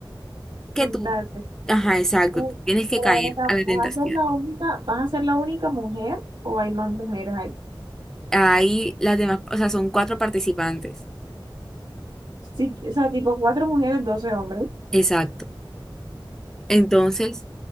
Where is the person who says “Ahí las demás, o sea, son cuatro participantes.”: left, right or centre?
Centre